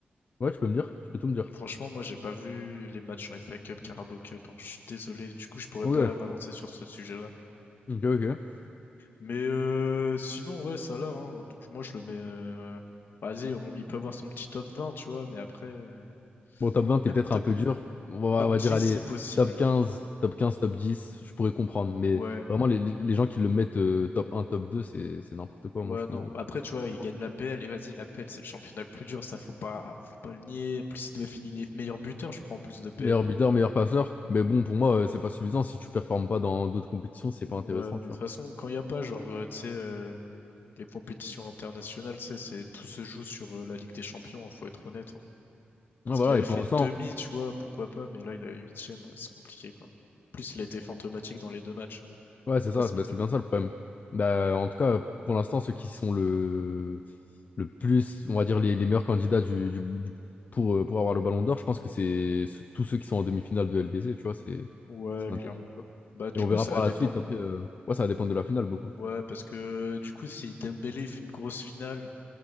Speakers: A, on the left; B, on the left.
A: Ouais, tu peux me dire, tu peux tout me dire.
B: Franchement, moi, j'ai pas vu les matchs en FA Cup, Carabao Cup. hein. Je suis désolé. Du coup, je pourrais
A: Ok,
B: pas m'avancer sur ce sujet-là.
A: ok, ok.
B: Mais euh, sinon, ouais, ça là. hein. Donc, Moi, je le mets. euh, Vas-y, on... il peut avoir son petit top 20, tu vois. Mais après, euh,
A: Bon, top 20, t'es
B: même
A: peut-être
B: top,
A: un peu dur. On va,
B: top
A: on va
B: 10,
A: dire, allez,
B: c'est possible.
A: top 15, top 15, top 10, je pourrais comprendre, mais
B: Ouais.
A: vraiment, les, les- les gens qui le mettent euh, top 1, top 2, c'est, c'est n'importe quoi,
B: Ouais,
A: moi, je
B: non.
A: comprends
B: Après, tu vois, il gagne
A: pas.
B: la PL. Et vas-y, la PL, c'est le championnat le plus dur. Ça, faut pas, faut pas le nier. En Plus, il doit finir les meilleurs buteurs, je crois, en plus de PL,
A: Meilleur
B: non?
A: buteur, meilleur passeur, mais bon, pour moi, euh, c'est pas suffisant. Si tu performes pas dans d'autres compétitions, c'est pas intéressant,
B: Ouais, mais
A: tu
B: de toute
A: vois.
B: façon, quand il y a pas, genre, euh, tu sais. euh, les compétitions internationales, tu sais, c'est, tout se joue sur euh, la Ligue des Champions, hein, faut être honnête. hein.
A: Ah,
B: S'il
A: voilà,
B: avait
A: et
B: fait
A: pour l'instant,
B: une demi, tu vois, pourquoi pas, mais là, il a huitième, euh, c'est compliqué, quoi. En plus, il a été fantomatique dans les deux matchs.
A: Ouais, c'est
B: Pas
A: ça,
B: ce
A: c'est
B: mytho.
A: bah, c'est bien ça le problème. Bah,
B: Ouais.
A: en tout cas, pour l'instant, ceux qui sont le, le plus, on va dire, les, les meilleurs candidats du, du- du- pour, euh, pour avoir le ballon d'or, je pense que c'est ce- tous ceux qui sont en demi-finale de LDC, tu vois, c'est
B: Ouais,
A: c'est un
B: clairement.
A: délire, tu vois.
B: Bah, du
A: Et on
B: coup,
A: verra
B: ça
A: par
B: va dépendre.
A: la suite, après, euh, ouais, ça va dépendre de la finale beaucoup.
B: Ouais, parce que, du coup, si Dembélé fait une grosse finale,